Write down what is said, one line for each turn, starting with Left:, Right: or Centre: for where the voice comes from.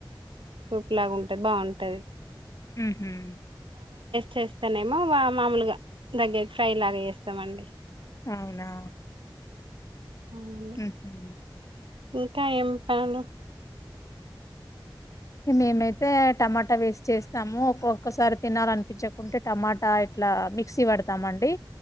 Right: సూప్ లాగా ఉంటది బావుంటది.
Left: హు హుమ్
Right: చేస్తానేేమో వా మామూలుగా దగ్గరికి ఫ్రై లాగ చేస్తామండి.
Left: అవునా
Right: అవునండి
Left: హు ఉమ్
Right: ఇంకా ఏం పనులు
Left: మేమైతే టమాటా వేసి చేస్తాము ఒక్కొక్కసారి తినాలి అనిపించకుంటే టమాటా ఇట్లా మిక్సీ వడతామండి